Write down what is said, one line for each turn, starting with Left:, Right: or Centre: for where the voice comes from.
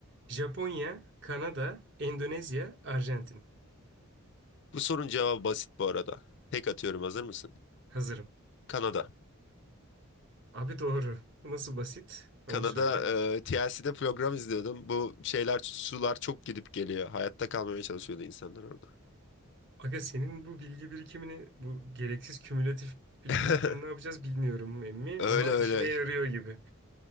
Right: Japonya, Kanada, Endonezya, Arjantin.
Left: Bu sorunun cevabı basit bu arada. Tek atıyorum hazır mısın?
Right: Hazırım.
Left: Kanada.
Right: Abi doğru. Bu Nasıl basit? Onu
Left: Kanada
Right: söyle.
Left: e, TLC'de program izliyordum. Bu şeyler sular çok gidip geliyor. Hayatta kalmaya çalışıyordu insanlar orada.
Right: Aga senin bu bilgi birikimini, bu gereksiz kümülatif bilgi
Left: <laughs>
Right: birikimini ne yapacağız bilmiyorum emmi
Left: Öyle
Right: ama
Left: öyle.
Right: işine yarıyor gibi.